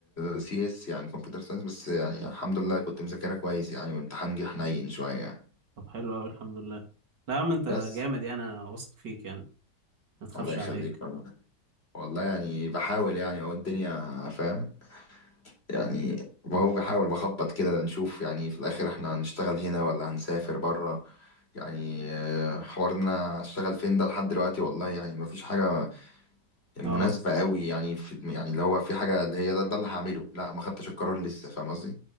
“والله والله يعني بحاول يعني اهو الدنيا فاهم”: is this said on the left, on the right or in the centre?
Left